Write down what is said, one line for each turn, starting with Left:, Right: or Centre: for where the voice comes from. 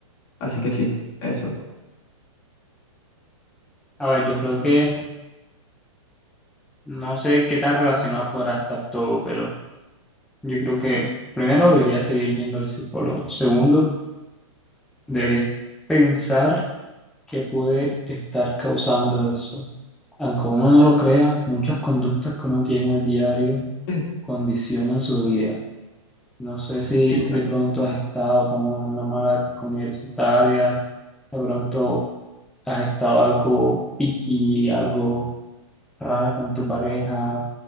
Left: Así que sí, eso.
Centre: A ver, yo creo que no sé qué tan relacionado podrá estar todo, pero Yo creo que primero debería seguir yendo al psicólogo. Segundo, debería pensar qué puede estar causando eso. Aunque uno no lo crea, muchas conductas que uno tiene al diario
Left: Sí,
Centre: condicionan su vida. No sé si
Left: sí, mira.
Centre: de pronto has estado como en una mala época universitaria, de pronto has estado algo picky, algo raro con tu pareja,